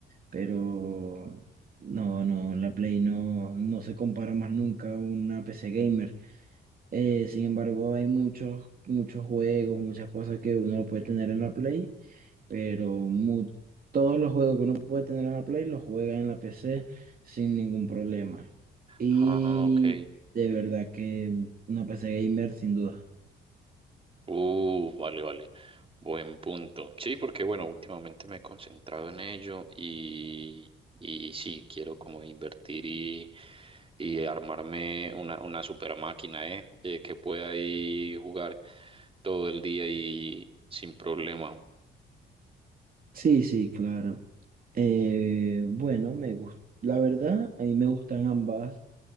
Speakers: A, on the right (about 45°); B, on the right (about 25°).
A: Pero no, no, la Play no, no se compara más nunca a una PC gamer. Eh, sin embargo, hay muchos, muchos juegos, muchas cosas que uno lo puede tener en la Play, pero mu- todos los juegos que uno puede tener en la Play los juega en la PC sin ningún problema. Y
B: Ah, ok.
A: de verdad que una PC gamer sin duda.
B: Uh, vale, vale. Buen punto. Sí, porque bueno, últimamente me he concentrado en ello y, y sí, quiero como invertir y, y armarme una, una super máquina, ¿eh? Que, que pueda ahí jugar todo el día y sin problema.
A: Sí, sí, claro. Eh, bueno, me gusta. La verdad, a mí me gustan ambas.